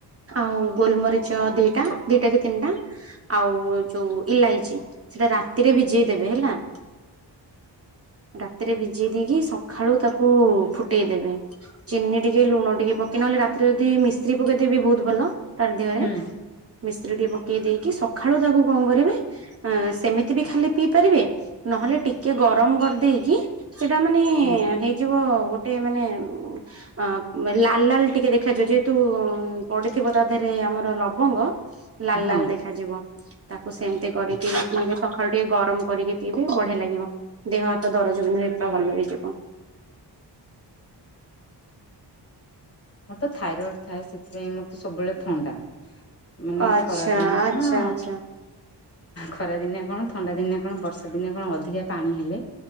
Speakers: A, on the right; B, on the left.
A: ଆଉ ଗୋଲମରିଚ ଦିଟା ଦିଟା କି ତିନିଟା ଆଉ ଯୋଉ ଇଲାଇଚି ସେଇଟା ରାତିରେ ଭିଜେଇ ଦେବେ ହେଲା। ରାତିରେ ଭିଜେଇ ଦେଇକି ସକାଳୁ ତାକୁ ଫୁ ଫୁଟେଇଦେବେ ଚିନି ଟିକେ ଲୁଣ ଟିକେ ପକେଇ ନହେଲେ ରାତିରେ ଯଦି ମିଶ୍ରୀ ପକେଇଦବି ବହୁତ ଭଲ ତାର ଦେହରେ
B: ହୁଁ।
A: ମିଶ୍ରୀ ଟିକେ ପକେଇ ଦେଇକି ସଖାଳୁ ତାକୁ କଣ କରିବେ? ଏଁ ସେମିତି ବି ଖାଲି ପିଇ ପାରିବେ ନହେଲେ ଟିକେ ଗରମ କରି ଦେଇକି ସେଟା ମାନେ
B: ହୁଁ
A: ହେଇଯିବ ଗୋଟେ ମାନେ ଅ ଲାଲ ଲାଲ ଟିକେ ଦେଖାଯିବ ଯେହେତୁ ପଡିଥିବ ତା ଦେହରେ ଆମର ଲବଙ୍ଗ। ଲାଲ
B: ହଁ
A: ଲାଲ ଦେଖାଯିବ। ତାକୁ ସେମିତି କରିକି ପିଇବେ ସକାଳୁ ଟିକେ ଗରମ କରିକି ପିଇବେ ବଢିଆ ଲାଗିବ। ଦେହ ଦରଜ ବିନ୍ଧ ହେଇ ପା ଭଲ ହେଇଯିବ।
B: ମୋର ତ ଥାଇରଏଡ ଥାଏ ସେଥିପାଇଁ ମୋର ତ ସବୁବେଳେ ଥଣ୍ଡା। ମାନେ
A: ଆଚ୍ଛା
B: ଖରା ଦିନିଆ
A: ଆଚ୍ଛା
B: କଣ
A: ଆଚ୍ଛା
B: ଖରା ଦିନେ କଣ, ଥଣ୍ଡା ଦିନେ କଣ, ବର୍ଷା ଦିନେ କଣ ଅଧିକା ପାଣି ହେଲେ।